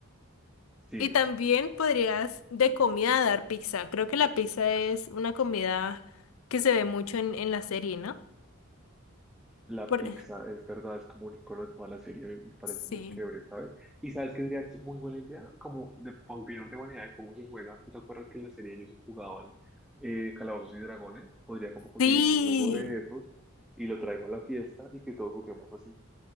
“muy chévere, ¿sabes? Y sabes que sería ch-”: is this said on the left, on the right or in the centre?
Centre